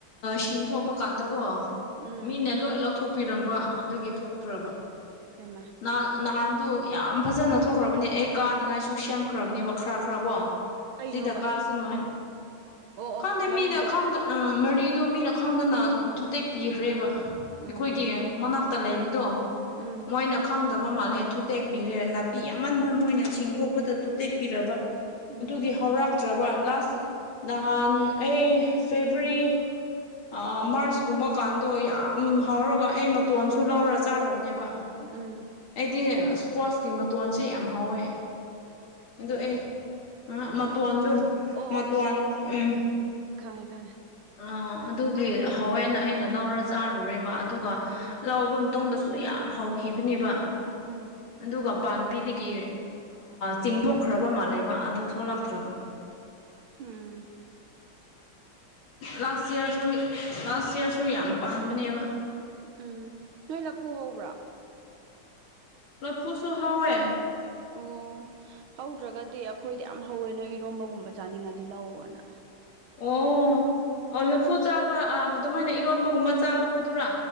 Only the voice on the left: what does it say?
ꯁꯤꯡ ꯊꯣꯛꯄ ꯀꯥꯟꯗꯀꯣ
ꯃꯤꯅ ꯂꯣꯏ ꯂꯧꯊꯣꯛꯄꯤꯔꯝꯕ ꯑꯗꯨꯒꯤ ꯊꯣꯛꯇ꯭ꯔꯕ
ꯅꯥꯟ ꯅꯍꯥꯟꯗꯨ ꯌꯥꯝ ꯐꯖꯅ ꯊꯣꯛꯈ꯭ꯔꯕꯅꯦ ꯑꯩ ꯀꯥꯅꯤꯡꯉꯥꯏꯁꯨ ꯁꯦꯝꯈ꯭ꯔꯕꯅꯦꯕ ꯈꯔ ꯈꯔ ꯀꯣ
ꯁꯤꯗ ꯀꯥꯁꯅꯨ ꯍꯥꯏꯅ
ꯈꯪꯗꯦ
ꯃꯤꯅ ꯈꯪꯗ ꯎꯝ ꯃꯔꯤꯗꯨ ꯃꯤꯅ ꯈꯪꯗꯅ ꯊꯨꯇꯦꯛꯄꯤꯈ꯭ꯔꯦꯕ ꯑꯩꯈꯣꯏꯒꯤ
ꯃꯅꯥꯛ ꯇ ꯂꯩꯕꯗꯣ
ꯃꯈꯣꯏꯅ ꯈꯪꯗꯕ ꯃꯥꯜꯂꯦ ꯊꯨꯇꯦꯛꯄꯤꯔꯦ ꯅꯥꯄꯤ ꯑꯃꯟꯕ ꯃꯣꯏꯅ ꯁꯤꯡꯗꯣꯛꯄꯗ ꯊꯨꯇꯦꯛꯄꯤꯔꯕ
ꯑꯗꯨꯒꯤ ꯍꯧꯔꯛꯇ꯭ꯔꯕ ꯂꯥꯁ ꯅꯍꯥꯟ ꯑꯩ ꯐꯦꯕꯔꯤ ꯑ ꯃꯔꯁꯀꯨꯝꯕꯀꯥꯟꯗꯣ ꯌꯥꯝ ꯍꯥꯎꯔꯒ ꯑꯩ ꯃꯇꯣꯟꯁꯨ ꯂꯧꯔ ꯆꯥꯔꯕꯅꯦꯕ
ꯑꯩꯗꯤ ꯏꯁꯀ꯭ꯋꯥꯁꯀꯤ ꯃꯇꯣꯟꯁꯦ ꯌꯥꯝ ꯍꯥꯎꯋꯦ ꯑꯣ ꯑꯦ ꯑ ꯃ ꯑꯣꯗꯨ
ꯃ
ꯎꯝ
ꯑ ꯑꯗꯨꯒꯤ ꯍꯋꯦꯅ ꯑꯩꯅ ꯂꯧꯔ ꯆꯥꯔꯨꯔꯦꯕ ꯑꯗꯨꯒ
ꯂꯐꯝ ꯑꯇꯣꯡꯗꯁꯨ ꯌꯥꯝ ꯍꯥꯎꯈꯤꯕꯅꯦꯕ
ꯑꯗꯨꯒ ꯄꯥꯝꯕꯤꯗꯒꯤ ꯆꯤꯡꯊꯣꯛꯈ꯭ꯔꯕ ꯃꯥꯜꯂꯦꯕ ꯑꯗꯨ ꯊꯣꯛꯂꯛꯇ꯭ꯔꯕ
ꯂꯥꯁ ꯏꯔꯁꯨ ꯂꯥꯁ ꯏꯌꯥꯔꯁꯨ ꯌꯥꯝ ꯄꯥꯟꯕꯅꯦꯕ
ꯂꯞꯄꯨꯁꯨ ꯍꯥꯎꯋꯦ
ꯑꯣ ꯑꯣ ꯂꯐꯨ ꯆꯥꯕ ꯑꯗꯨꯃꯥꯏꯅ ꯏꯔꯣꯟꯕꯒꯨꯝꯕ ꯆꯥꯕ ꯈꯣꯏꯗꯔꯥ